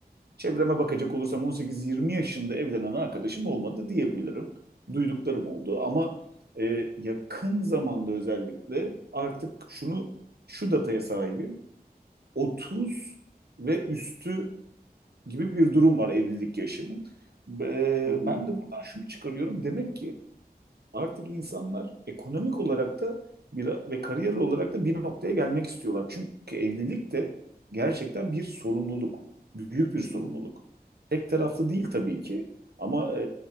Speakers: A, on the right; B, on the left.
A: çevreme bakacak olursam 18-20 yaşında evlenen arkadaşım olmadı diyebilirim. Duyduklarım oldu ama e, yakın zamanda özellikle artık şunu şu dataya sahibim. 30 ve üstü gibi bir durum var evlilik yaşının. Ee,
B: Hı hı,
A: ben de buradan şunu çıkarıyorum. Demek ki artık insanlar ekonomik olarak da bir ve kariyer olarak da bir noktaya gelmek istiyorlar. Çünkü evlilik de gerçekten bir sorumluluk, büyük bir sorumluluk.
B: hı
A: Tek taraflı değil tabii ki ama e,